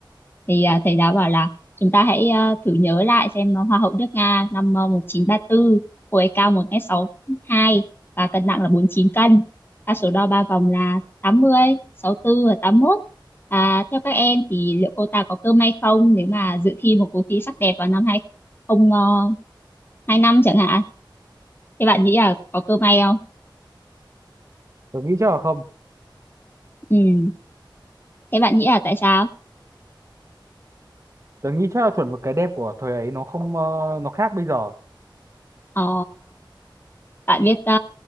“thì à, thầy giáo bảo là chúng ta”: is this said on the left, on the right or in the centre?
Left